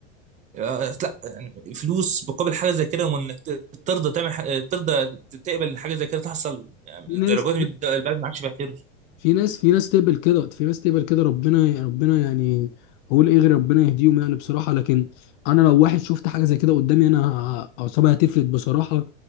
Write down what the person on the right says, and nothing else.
آه، لا يعني فلوس مقابل حاجه زي كده وانك ت- ترضى تعمل حاجة ترضى ت- تقبل إن حاجه زي كده تحصل يعني
الدرجات دي البلد ما عادش فيها خير